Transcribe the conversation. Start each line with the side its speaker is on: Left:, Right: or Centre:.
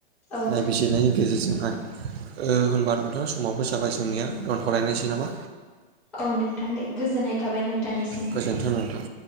Centre: औ
Right: नायबिजिरनायनि गेजेरजोंहाय ओ होनबा नोंथां समाबो जाबाय जोंनिया दोनथ'लायनिसै नामा
Centre: औ नोंथां दे गोजोननाय थाबाय नोंथांनिसिम
Right: गोजोन्थों नोंथां